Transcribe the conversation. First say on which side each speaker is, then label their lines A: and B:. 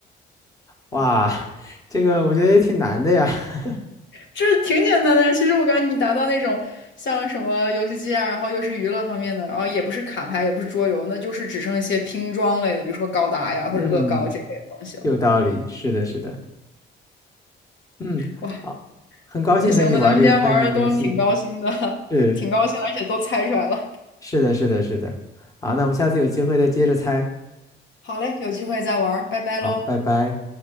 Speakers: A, on the left; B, on the left.
A: 哇，<laughs> 这个我觉得也挺难的呀。<laughs>
B: 这挺简单的呀。其实我感觉你达到那种像什么游戏机啊，然后又是娱乐方面的，然后也不是卡牌，也不是桌游，那就是只剩一些拼装类的，比如说高达呀或者乐高这类的东西了。
A: 嗯，有道理，是的，是的。嗯，
B: 哇，
A: 好，很高兴和你玩这个猜谜游戏。
B: 那行，那咱们今天玩的都挺高兴的，<laughs>
A: 是，
B: 挺高兴，而且都猜出来了。
A: 是的，是的，是的。好，那我们下次有机会再接着猜。
B: 好嘞，有机会再玩儿拜拜喽。
A: 好，拜拜。